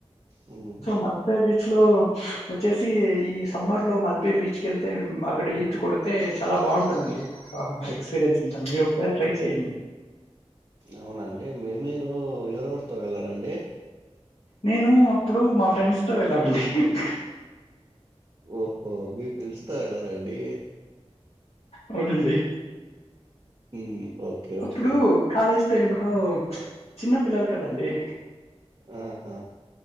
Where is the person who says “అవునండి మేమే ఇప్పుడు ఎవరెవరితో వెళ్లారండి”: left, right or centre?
Right